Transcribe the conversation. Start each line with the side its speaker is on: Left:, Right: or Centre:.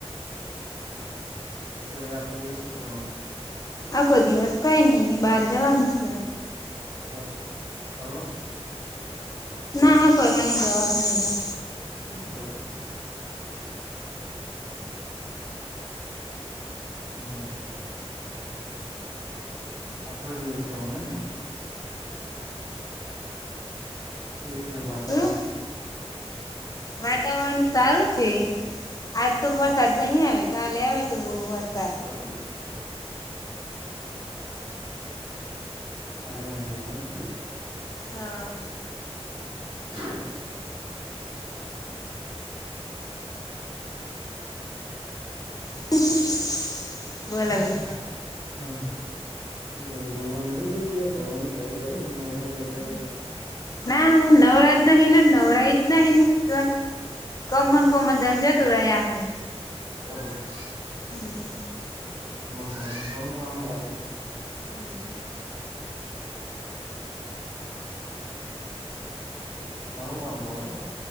Right: પછી અવે આખો દિવસ શું કરવાનું.?
Left: અખો દિવસ કઈ ની બાર જવાનું સ
Right: બરોબર ફરવા?
Left: ના હ ફરવાણી દવા ખણી જા
Right: બરોબર. હમ. આખો દિવસ જવાને એમ ને? કેવું છે વાતાવરણ?
Left: શું વાતાવરણ સારું છે. આજ તો વરસાદ નહી આવે કાલે આવે તો બઉ વરસાદ
Right: <unintelligible> <unintelligible>
Left: હા.
Right: <inaudible>
Left: <unintelligible> બોલાવી
Right: હા. હા ભણવા લાગી ગઈ કે ભણવા નું ચાલુ કર્યુ નવરા બેઠા તે
Left: ના હ નવરા જ નહીના નવરાઈ જ નહીં ન તોય. કોમા ને કોમ દન જતું રહે આખું.
Right: બરાબર.
Left: હમ.
Right: <unintelligible> કામ બાકી
Left: હમ્મ.
Right: ઘણું કામ કરો છો.